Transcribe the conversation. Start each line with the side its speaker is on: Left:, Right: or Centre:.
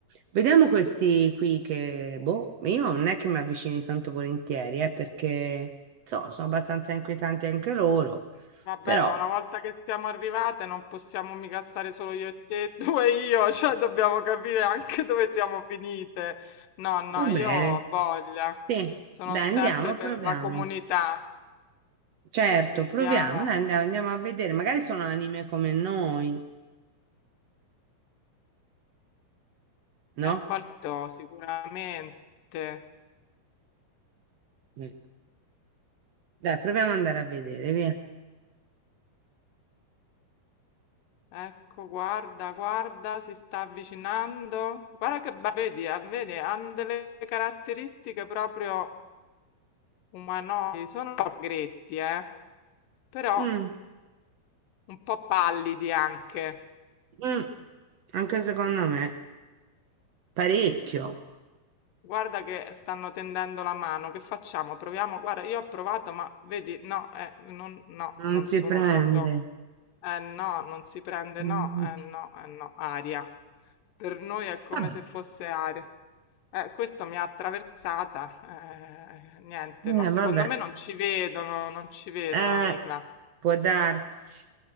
Right: Vediamo questi qui che, boh, io non è che mi avvicini tanto volentieri, eh, perché, so, sono abbastanza inquietanti anche loro,
Left: Vabbè,
Right: però
Left: ma una volta che siamo arrivate non possiamo mica stare solo io e te, <laughs> tu e io, cioè dobbiamo capire anche dove siamo finite. No, no,
Right: va bene.
Left: io ho voglia,
Right: Sì,
Left: sono
Right: dai,
Left: sempre
Right: andiamo, proviamo.
Left: per la comunità.
Right: Certo,
Left: Vediamo,
Right: proviamo, dai, andiamo andiamo a vedere. Magari sono anime come noi, no?
Left: eh, qualcuno sicuramente.
Right: Eh. Dai, proviamo ad andare a vedere, via.
Left: Ecco, guarda, guarda, si sta avvicinando. Guarda che bello, vedi, ha- vedi, hanno delle caratteristiche proprio umanoidi, sono un po' gretti, eh, però
Right: Mm.
Left: un po' pallidi anche.
Right: Mm, anche secondo me, parecchio,
Left: Guarda che stanno tendendo la mano, che facciamo? Proviamo, guarda, io ho provato, ma vedi, no, eh, non, no,
Right: non
Left: non
Right: si
Left: sono
Right: prende.
Left: proprio, eh no, non si prende,
Right: Mm.
Left: no, eh no, eh no, aria. Per noi è come
Right: Vabbè,
Left: se fosse aria. Eh, questo mi ha attraversata, eh, niente,
Right: eh,
Left: ma secondo
Right: vabbè.
Left: me non ci vedono, non ci vedono,
Right: Eh,
Left: Nicla.
Right: può darsi